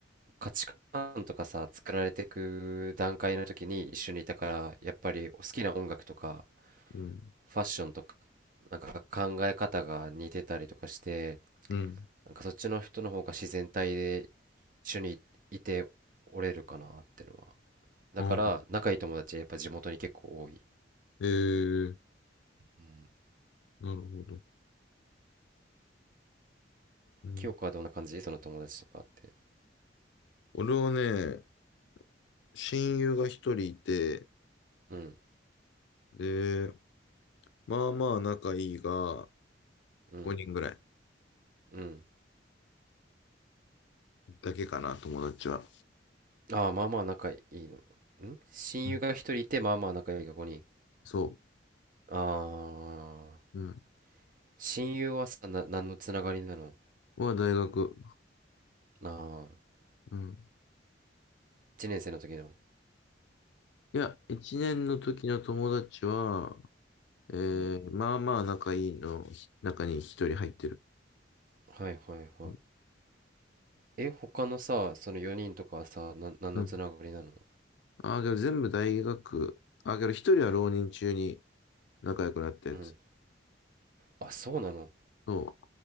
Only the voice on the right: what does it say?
価値観とかさ、作られていく段階の時に一緒にいたから、やっぱり好きな音楽とか、
ファッションとか、なんか考え方が似てたりとかして、
なんかそっちの人の方が自然体で一緒にいておれるかなってのは。だから、
仲いい友達はやっぱ地元に結構多い。
うん。
清子はどんな感じその友達とかって。
うん、
うん、
うん。
ああ、まあまあ仲いいの。ん親友が一人いて、
まあまあ仲いいが5人。
ああ。
親友はさ、な、何のつながりなの
ああ、
1年生の時の。
うん。
はいはいはい。
え、他のさ、その4人とかはさ、な、何のつながりなの
うん。あ、そうなの